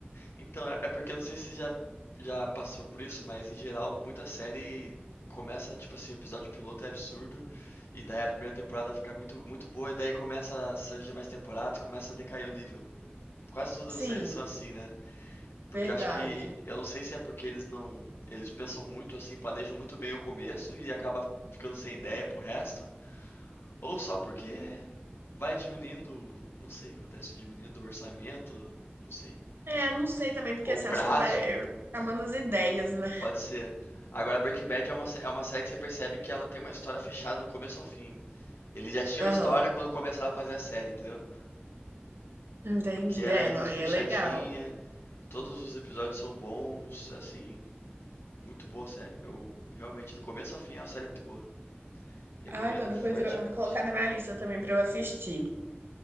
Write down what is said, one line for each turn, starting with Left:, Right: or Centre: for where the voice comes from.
Left: Então, é é porque eu não sei se já já passou por isso, mas em geral, muita série começa, tipo assim, o episódio piloto é absurdo, e daí a primeira temporada fica muito, muito boa, e daí começa a surgir mais temporadas e começa a decair o nível. Quase todas
Right: Sim,
Left: as séries são assim, né? Porque
Right: verdade.
Left: eu acho que, eu não sei se é porque eles não, eles pensam muito assim, planejam muito bem o começo e acaba ficando sem ideia pro resto, ou só porque vai diminuindo, o- não sei o que acontece, diminuindo o orçamento, não sei,
Right: É,
Left: o-
Right: não sei também, porque
Left: ou
Right: assim,
Left: prazo.
Right: acho que vai é, acabando as ideias, né?
Left: Pode ser. Agora Breaking Bad é uma, sé- é uma série que você percebe que ela tem uma história fechada do começo ao fim. Eles já tinham
Right: Aham,
Left: a história quando começaram a fazer a série, entendeu?
Right: entendi.
Left: Porque ela
Right: É,
Left: é muito
Right: não, aí
Left: fechadinha,
Right: é legal.
Left: todos os episódios são bons, assim, muito boa a série. Eu realmente, do começo ao fim, é uma série muito boa. Recomendo
Right: Ai, não, depois
Left: fortemente.
Right: eu, eu vou colocar na minha lista também pra eu assistir.